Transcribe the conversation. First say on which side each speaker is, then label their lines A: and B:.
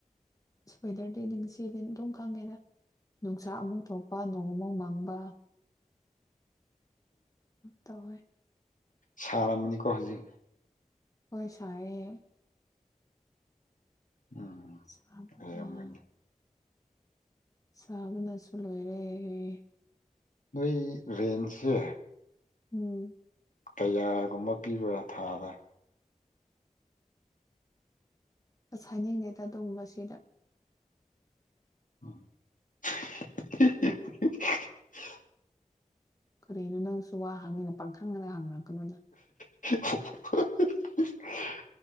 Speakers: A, on the left; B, on the left.
A: ꯁ꯭ꯋꯦꯇꯔꯗꯤꯗꯤ ꯁꯤꯗꯤ ꯑꯗꯨꯝ ꯈꯪꯉꯦꯅ ꯅꯨꯡꯁꯥꯛ ꯑꯃꯨꯛ ꯊꯣꯛꯄ ꯅꯣꯡ ꯑꯃꯨꯥꯎꯛ ꯃꯥꯡ ꯃꯡꯕ ꯇꯋꯦ
B: ꯁꯔ ꯑꯃꯅꯤꯅꯤ ꯀ ꯍꯖꯤꯩ
A: ꯍꯣꯏ ꯁꯥꯏꯍꯦ
B: ꯎꯝ
A: ꯁꯥꯝ
B: ꯑꯣꯏꯔꯝꯒꯅꯤ
A: ꯑꯥ ꯆꯥꯕꯅꯁꯨ ꯂꯣꯏꯔꯦ
B: ꯅꯣꯏ ꯔꯦꯟꯁꯦ
A: ꯎꯝ
B: ꯀꯌꯥꯒꯨꯝꯕ ꯄꯤꯕ꯭ꯔꯥ ꯊꯥꯕ
A: ꯑꯁ ꯍꯥꯏꯅꯤꯡꯗꯦꯗ ꯑꯗꯨꯒꯨꯝꯕꯁꯤꯗ
B: <unintelligible>
A: ꯀꯔꯤꯅꯣ ꯅꯪꯁꯨ ꯋꯥ ꯍꯪꯉꯤꯅ ꯄꯪꯈꯪꯗꯅ ꯍꯪꯅꯔꯛꯀꯅꯣꯗ
B: <unintelligible>